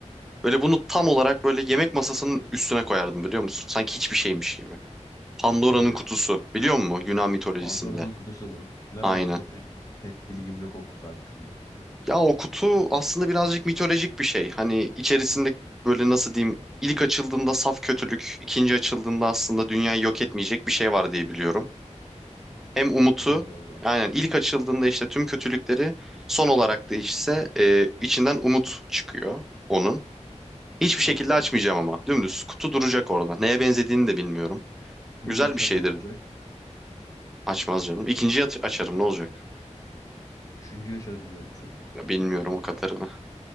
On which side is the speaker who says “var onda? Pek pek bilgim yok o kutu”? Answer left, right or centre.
Left